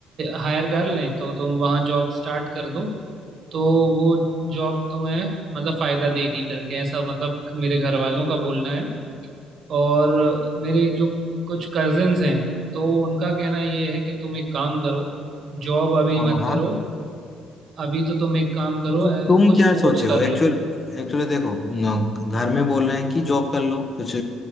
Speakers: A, on the right; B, on the left.
A: हायर कर लें तो तुम वहाँ जॉब स्टार्ट कर दो तो वो जॉब तुम्हें मतलब फायदा देगी करके ऐसा मतलब मेरे घर वालों का बोलना है और मेरे जो कुछ कजिन्स हैं तो उनका कहना ये है कि तुम एक काम करो जॉब अभी
B: हाँ
A: मत
B: हाँ।
A: करो अभी तो तुम एक काम करो
B: मतलब
A: अ,
B: तुम
A: कुछ
B: क्या
A: कोर्स
B: सोचे हो
A: कर
B: एक्चुअल
A: लो
B: एक्चुअली देखो न- घर में बोल रहे हैं कि जॉब कर लो कुछ